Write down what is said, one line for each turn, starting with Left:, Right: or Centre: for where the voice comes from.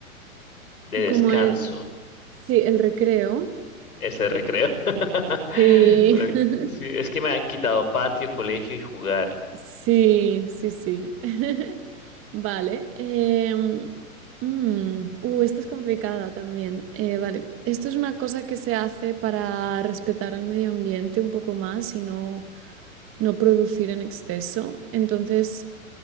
Left: de
Right: como
Left: descanso.
Right: el... Sí, el recreo.
Left: Ese recreo. <laughs>
Right: Sí.
Left: Bueno,
Right: <laughs>
Left: sí, es que me han quitado patio, colegio y jugar.
Right: Sí, sí, sí. <laughs> Vale. em, mm, uh, esta es complicada también. Eh, vale. Esto es una cosa que se hace para respetar al medio ambiente un poco más y no, no producir en exceso. Entonces,